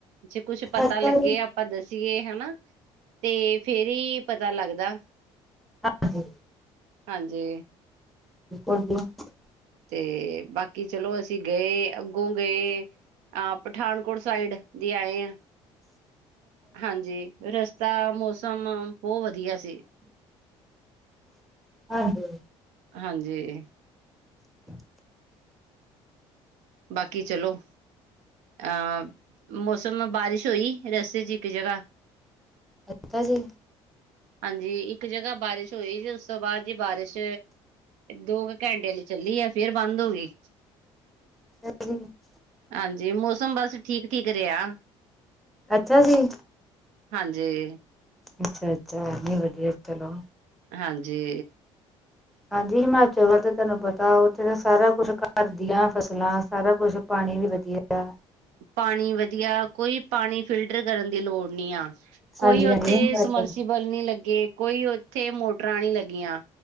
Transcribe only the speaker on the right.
ਜੇ ਕੁੱਛ ਪਤਾ
ਲੱਗੇ
ਆ ਆਪਾਂ ਦੱਸ ਸੀ ਏ ਹਨਾ ਤੇ ਫੇਰ ਈ ਪਤਾ ਲੱਗਦਾ।
ਹਾਂਜੀ।
ਤੇ ਬਾਕੀ ਚਲੋ ਅਸੀਂ ਗਏ ਅੱਗੋਂ ਗਏ। ਆ ਪਠਾਨਕੋਟ ਸਾਈਡ ਜੇ ਆਏ ਆ, ਹਾਂਜੀ ਰਸਤੇ ਤਾਂ ਮੌਸਮ ਬਹੁ ਵਧੀਆ ਸੀ।
ਹਾਂਜੀ। ਬਾਕੀ ਚਲੋ ਅ ਮੌਸਮ ਬਾਰਿਸ਼ ਹੋਈ ਰਸਤੇ ਚ ਇੱਕ ਜਗ੍ਹਾ
ਹਾਂਜੀ, ਇੱਕ ਜਗ੍ਹਾ ਬਾਰਿਸ਼ ਹੋਈ ਉਸ ਤੋਂ ਬਾਅਦ ਜੀ ਬਾਰਿਸ਼ ਦੋ ਕੁ ਕੰਟਿਆ ਲਈ ਚੱਲੀ ਆ ਫੇਰ ਬੰਦ ਹੋ ਗਈ।
ਹਾਂਜੀ, ਮੌਸਮ ਬਸ ਠੀਕ ਠੀਕ ਰਿਹਾ।
ਹਾਂਜੀ
ਹਾਂਜੀ।
ਪਾਣੀ ਵਧੀਆ ਕੋਈ ਪਾਣੀ ਫਿਲਟਰ ਕਰਨ ਦੀ ਲੋੜ ਨਹੀਂ ਆ। ਕੋਈ
ਉੱਥੇ
ਸਮਰਸੀਬਲ ਨੀ ਲੱਗੇ ਕੋਈ ਉੱਥੇ ਮੋਟਰਾਂ ਨੀ ਲੱਗੀਆਂ।